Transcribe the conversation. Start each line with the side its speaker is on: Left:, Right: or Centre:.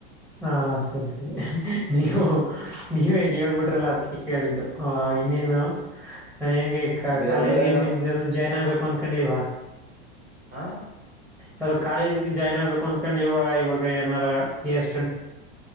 Centre: ಹಾ ಸರಿ ಸರಿ ನೀವು ನೀವ ಹೇಗ್ ಹೇಳ್ಬಿಟ್ರಲ್ಲ ಅದಕ್ಕೆ ಕೇಳಿದ್ದು ನೀನು ಹೆಂಗೆ
Right: ಬೇರೆ
Centre: ಕಾಲೇಜ್
Right: ಬೇರೆ
Centre: ಏನ್
Right: ನಮ್
Centre: ನಿಮ್ದ ಜಾಯ್ನ್ ಆಗ್ಬೇಕು ಅನ್ಕೊಂಡಿಲ್ವಾ
Right: ಹಾ
Centre: ಅಾವದು ಕಾಲೇಜಗೆ ಜಾಯ್ನ್ ಆಗ್ಬೇಕು ಅನ್ಕೊಂಡ ಇಲ್ವಾ ಇವಾಗ ಏನಾರ ಎಷ್ಟ